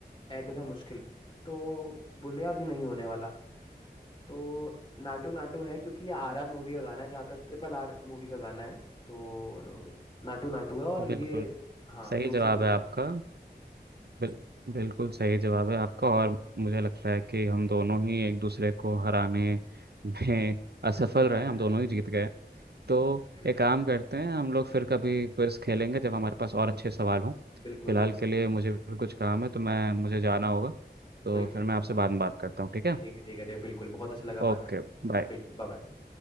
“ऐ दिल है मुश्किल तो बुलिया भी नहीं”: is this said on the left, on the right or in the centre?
Left